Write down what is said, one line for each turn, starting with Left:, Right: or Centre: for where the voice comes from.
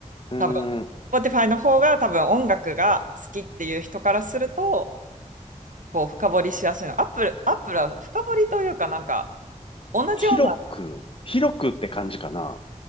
Left: うーん。
Right: 多分 Spotify の方が多分音楽が好きっていう人からすると、こう深掘りしやすいの。Apple、Apple は深掘りというかなんか、同じような
Left: 広く、広くって感じかな。